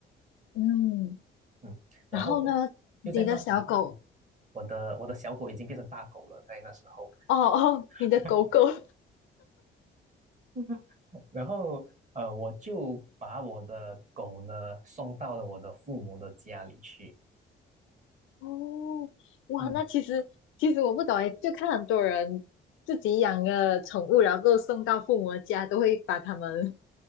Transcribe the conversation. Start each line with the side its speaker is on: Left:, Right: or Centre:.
Left: 嗯，
Right: 嗯，然后就
Left: 然后呢，你的小狗，
Right: 就在那时候呢我的我的小狗已经变成大狗了，在那时候。
Left: 哦哦，你的狗狗，
Right: <laughs> <laughs> 然后呃，我就把我的狗呢送到了我的父母的家里去。
Left: 哦，哇，
Right: 嗯，
Left: 那其实其实我不懂哎，就看很多人自己养个宠物，然后送到父母的家，都会把它们